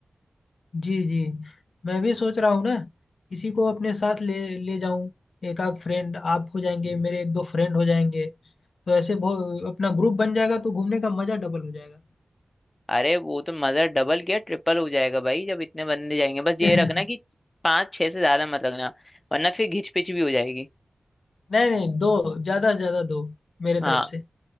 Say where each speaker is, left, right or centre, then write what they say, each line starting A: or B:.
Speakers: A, on the left (about 85°); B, on the left (about 35°).
A: जी जी मैं भी सोच रहा हूँ ना किसी को अपने साथ ले ले जाऊं एक आध फ्रेंड आप हो जाएंगे मेरे एक दो फ्रेंड हो जाएंगे तो ऐसे बहु- अपना ग्रुप बन जाएगा तो घूमने का मजा डबल हो जाएगा
B: अरे वो तो मजा डबल क्या ट्रिपल हो जाएगा भाई जब इतने बंदे जाएंगे बस
A: <laughs>
B: ये रखना कि पाँच छह से ज्यादा मत रखना वरना फिर घिच पिच भी हो जाएगी
A: नहीं नहीं दो ज्यादा से ज्यादा दो मेरे
B: हाँ
A: तरफ से